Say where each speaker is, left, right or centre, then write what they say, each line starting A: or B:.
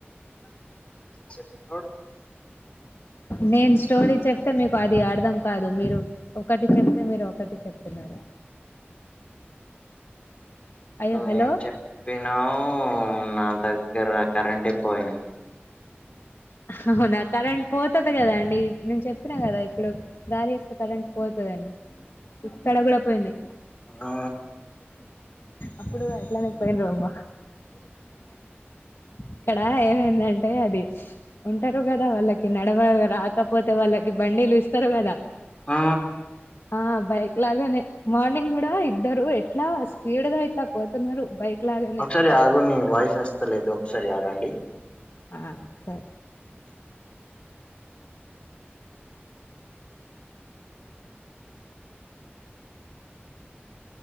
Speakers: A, on the left; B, on the left.
A: చెప్పు
B: నేన్ స్టోరీ చెప్తే మీకు అది అర్థం కాదు మీరు ఒకటి చెప్తే మీరు ఒకటి చెప్తున్నారు అయ్యో
A: నువ్
B: హలో
A: ఏం చెప్పినవ్ నా దగ్గర కరంటే పోయింది
B: హవునా కరెంట్ పోతది కదా అండి నేన్ చెప్పినా కదా ఇప్పుడు గాలి వస్తే కరెంట్ పోత దని ఇక్కడ గుడా పోయింది
A: ఆ,
B: అప్పుడు అట్లనే పోయిన్రో అమ్మ ఇక్కడా ఏమైందం టే అది ఉంటరు గదా వాళ్ళకి నడవ రాకపోతే వాళ్ళకి బండీలు ఇస్తరు గదా
A: ఆ
B: ఆ బైక్ లాగానే మార్నింగ్ గుడా ఇద్దరు ఎట్లా స్పీడ్ గా ఇట్లా పోతున్నారు బైక్ లాగానే
A: ఒక్సారి ఆగుని వాయిసు వస్తలేదు ఒక్సారి ఆగండి
B: ఆ సరే